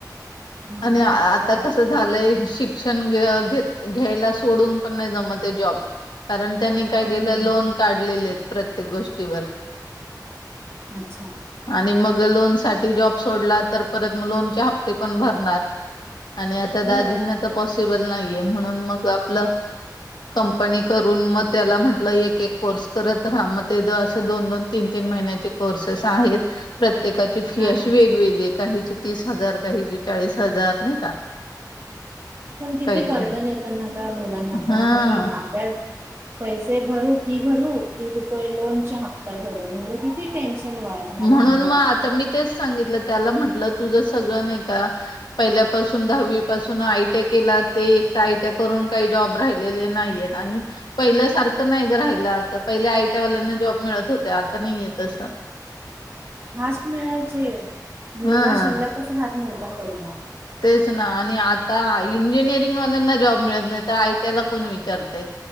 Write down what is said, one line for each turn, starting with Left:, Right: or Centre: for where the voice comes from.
Right: हम्म,
Left: आणि आता
Right: बापरे
Left: कस झालंय शिक्षण घ घेत घ्यायला सोडून पण नाही जमते जॉब आणि त्यांनी काय
Right: हम्म,
Left: केलं लोन काढलेले आहेत प्रत्येक गोष्टीवर
Right: अच्छा
Left: आणि मग जर लोन साठी जॉब सोडला तर परत मग लोनचे हप्ते कोण भरणार आणि आता
Right: हो
Left: दाजींना तर पॉसिबल नाही म्हण मग आप कंपनी करून मग त्याला म्हटलं एक एक कोर्स करत राहा मग ते दोन दोन तीन तीन महिण्याचे कोर्स आहेत प्रत्येकाची फी
Right: हा
Left: अशी
Right: हा
Left: वेगवेगळी काहीची तीस हजार काहीची चाळीस हजार नाही का?
Right: पण किती
Left: काहीचे
Right: ओरडत्यात ह मुलांना
Left: हा
Right: पण मी अभ्यास पैसे भरू फी भरू कि, लोनच्या हप्ता भरू म्हणजे किती टेन्शन वाया ह्या
Left: म्हणून
Right: लहान वयाला
Left: मग आता
Right: सुद्धा
Left: मी तेच सांगितलं त्याला म्हटलं तुझ सगळ नाही का पहिल्यापासून दहावी पासून आयटी केला ते आयटीआय करून काही जॉब राहिलेला नाही आणि पाहिल्यासारखं नाही गं राहील पहिल्या आयटीआय वाल्यांना जॉब मिळत होते आता नाही येतसं
Right: फास्ट मिळायचे मुलगा
Left: हा
Right: शिल्लकच राहत नवता पहिला
Left: तेच ना आता इंजिनिअरिंग वाल्यांना जॉब मिळत नाही तर आयटीआय ला कोण विचारतय